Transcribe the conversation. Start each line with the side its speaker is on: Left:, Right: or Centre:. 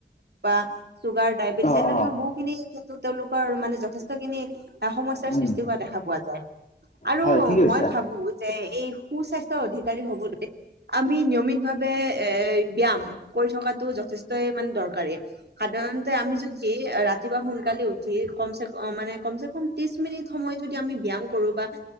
Right: বা চুগাৰ ডায়েবেটিছ
Left: অ',
Right: এনেধৰণৰ
Left: অ',
Right: বহুতখিনিেত তেওঁলোকৰ মানে যথেষ্টখিনি। সমস্যাৰ
Left: উম,
Right: সৃষ্টি হোৱা দেখা পোৱা যায় আৰু
Left: হয়, ঠিক কৈছা।
Right: মই ভাবো যে এই। স্বাস্থৰ অধিকাৰ হব দ আমি নিয়মিত ভাৱে এ ব্যায়াম কৰি থকা যে। মানে দৰকাৰে সাধাৰণতে আমি যদি। ৰাতিপা সোনকালে উঠি কম ক মানে কম চ কম ত্ৰিশ মিনিট সময় যদি আমি ব্যয়াম কৰো বা।